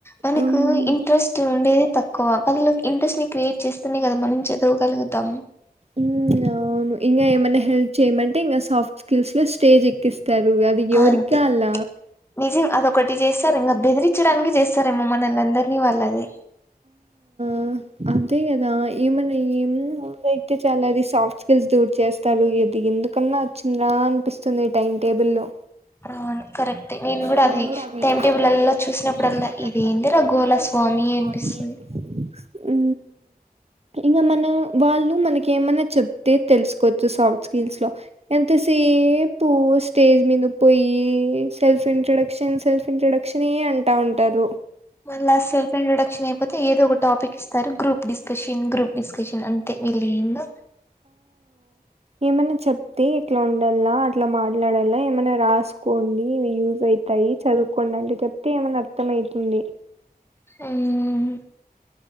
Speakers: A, on the left; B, on the right.
A: మనకు
B: ఉమ్
A: ఇంట్రెస్ట్ ఉండేది తక్ క్కువ వాళ్ళ్ ఈళ్లక్ ఇంట్రెస్ట్ ని క్రియేట్ చేస్తనే గదా మనం చదవగలుగుతాం
B: ఊమ్ అవును ఇంగా ఏమన్న హెల్ప్ చేయమంటే ఇంగ సాఫ్ట్ స్కిల్స్ లో స్టేజ్ ఎక్కిస్ త్తరు అది ఎవరిక్కాల్ల
A: అంతే నిజం అదొక్కటి జేస్తారింగ బెదిరిచ్చడానికి జేస్తారేమో మనల్ నందరినీ వాళ్ళది
B: ఓ అంతే గదా ఈమన్న ఈఏమన్ అయితే చాలది సాఫ్ట్ స్కిల్స్ ది చేస్తారు ఇది ఎందుకన్నా వచ్చింద అన్పిస్తుంది టైం టేబుల్ ల్లో
A: అవును కరెక్టే నేను కూడా
B: నేన్ గుడ అది
A: టైమ్ టేబుల్లలో
B: టైం టేబుల్లల్లో
A: చూసినప్పుడల్లా
B: చూస్నప్పుడల్లా
A: ఇది ఏందిరా
B: ఇదేందిరా
A: గోళ
B: గోల స్వామి
A: అనిపిస్తుంది
B: అన్పిస్తుంది ఊ ఇంగా మన వాళ్ళు మనకి ఏమైన్న చెప్తే తెల్సుకోచ్చు సాఫ్ట్ స్కిల్స్ లో ఎంతసేపు స్టేజ్ మింద పొయ్యి సెల్ఫ్ ఇంట్రడక్ క్షన్ సెల్ఫ్ ఇంట్రడక్షనే అంటా ఉంటారు
A: మళ్ళా సెల్ఫ్ ఇంట్రడక్షన్ ఏమ్ పొతే ఏదో ఒక టాపిక్కిస్తారు గ్రూప్ డిస్కర్షన్ గ్రూప్ డిస్కష్షన్ అంతే వీళ్ళేందో
B: ఏమన్న చొప్తే ఇట్లా ఉండల్ల అట్లా మాట్లాడల్ల ఏమన్న రాస్కోండి ఇవి యూజ్ అయ్ తాయి చదువుకోండి అంటె చొప్తే ఏమన్న అర్థమైతుంది
A: ఊమ్